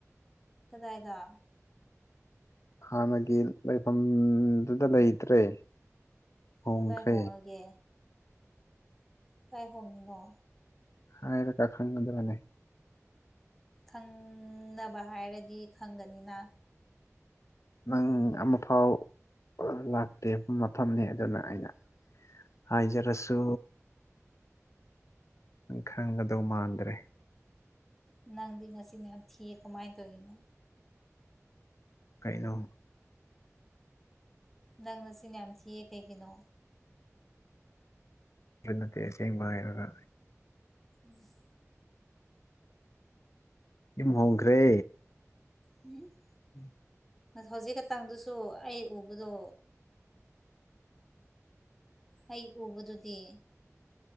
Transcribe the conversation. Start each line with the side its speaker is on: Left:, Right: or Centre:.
Centre: ꯀꯗꯥꯏꯗ
Left: ꯍꯥꯟꯅꯒꯤ ꯂꯩꯐꯝꯗꯨꯗ ꯂꯩꯇ꯭ꯔꯦ ꯍꯣꯡꯈ꯭ꯔꯦ
Centre: ꯀꯗꯥꯏ ꯍꯣꯡꯉꯒꯦ ꯀꯥꯏ ꯍꯣꯅꯤꯅꯣ
Left: ꯍꯥꯏꯕꯗ ꯈꯪꯒꯗꯔꯅꯦ
Centre: ꯈꯪꯅꯕ ꯍꯥꯏꯔꯗꯤ ꯈꯪꯒꯅꯤꯅ꯫
Left: ꯅꯪ ꯑꯃꯐꯥꯎ ꯂꯥꯛꯇꯦ ꯃꯇꯝꯅ‌ꯦꯗꯅ ꯑꯩꯅ꯫ ꯍꯥꯏꯖꯔꯁꯨ ꯈꯪꯒꯗꯧ ꯃꯥꯟꯗ꯭ꯔꯦ꯫
Centre: ꯅꯪꯗꯤ ꯉꯁꯤ ꯃꯌꯥꯝ ꯊꯤꯌꯦ ꯀꯃꯥꯏꯅ ꯇꯧꯔꯤꯅꯣ꯫
Left: ꯀꯩꯅꯣ꯫
Centre: ꯅꯪ ꯅꯆꯤꯟ ꯌꯥꯝ ꯊꯤꯌꯦ ꯀꯩꯒꯤꯅꯣ꯫
Left: ꯑꯗꯨ ꯅꯠꯇꯦ ꯑꯁꯦꯡꯕ ꯍꯥꯏꯔꯒ꯫
Centre: ꯫ <unintelligible>
Left: ꯌꯨꯝ ꯍꯣꯡꯈ꯭ꯔꯦ꯫
Centre: ꯃꯤꯝ <unintelligible>
Left: ꯎꯝ
Centre: ꯍꯧꯖꯤꯛ ꯈꯇꯪꯗꯨꯁꯨ ꯑꯩ ꯎꯕꯗꯣ ꯑꯩ ꯎꯕꯗꯨꯗꯤ